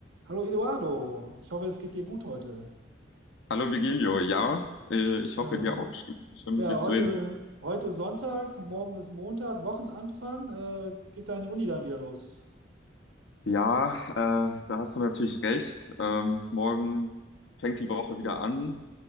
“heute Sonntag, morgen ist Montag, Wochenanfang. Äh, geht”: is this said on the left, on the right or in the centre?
Right